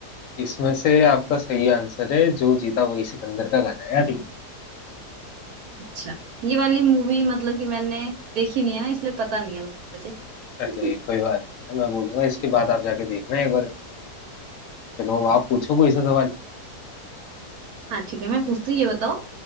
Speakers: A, on the left (about 65°); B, on the right (about 70°).
A: इसमें से आपका सही आंसर है जो जीता वही सिकंदर का गाना है यार ये
B: अच्छा ये वाली मूवी मतलब कि मैंने देखी नहीं है ना इसलिए पता नहीं है मुझे
A: अरे
B: <laughs>
A: कोई बात नहीं मैं बोलूंगा इसके बाद आप जाके देखना एक बार चलो आप पूछो कोई सा सवाल
B: हाँ ठीक है मैं पूछती हूँ ये बताओ